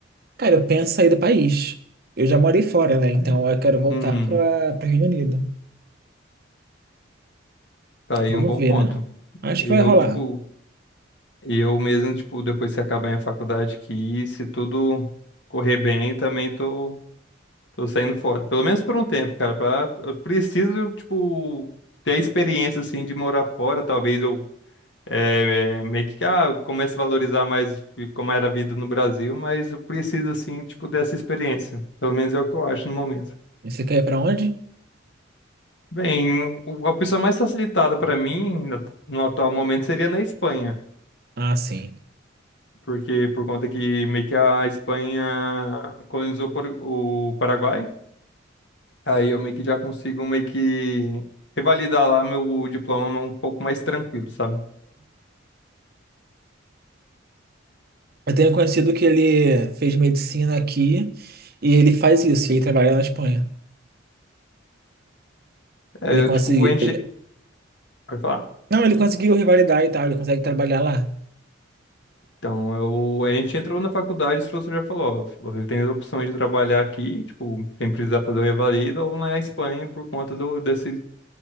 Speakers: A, on the right; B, on the left.
A: Cara, eu penso em sair do país. Eu já morei fora, né?
B: Tá
A: Então
B: aí.
A: eu quero voltar
B: Uhum.
A: para para Reino Unido.
B: Tá aí
A: Vamos
B: um bom
A: ver,
B: ponto.
A: né? Acho
B: E
A: que vai
B: eu,
A: rolar.
B: tipo, e eu mesmo, tipo, depois que acabar minha faculdade aqui, se tudo correr bem, também tô, tô saindo fora. Pelo menos por um tempo, cara. Pra, eu preciso, tipo, ter a experiência, assim, de morar fora. Talvez eu é, é, meio que, ah, comece a valorizar mais como era a vida no Brasil, mas eu preciso, assim, tipo, dessa experiência. Pelo menos é o que eu acho no momento.
A: E Você quer ir pra onde?
B: Bem, o- a opção mais facilitada para mim, no no atual momento, seria na Espanha.
A: Ah, sim.
B: porque por conta que meio que a Espanha colonizou por- o Paraguai, aí eu meio que já consigo meio que revalidar lá meu diploma um pouco mais tranquilo, sabe?
A: Eu tenho conhecido que ele fez medicina aqui e ele faz isso, ele trabalha na Espanha.
B: É,
A: Ele conseguiu.
B: eu, tipo, enche... Pode falar.
A: Não, ele conseguiu revalidar e tal, ele consegue trabalhar lá.
B: Então, eu, a gente entrou na faculdade, o professor já falou, ó, você tem as opções de trabalhar aqui, tipo, sem precisar fazer o revalida, ou na Espanha por conta do, desse,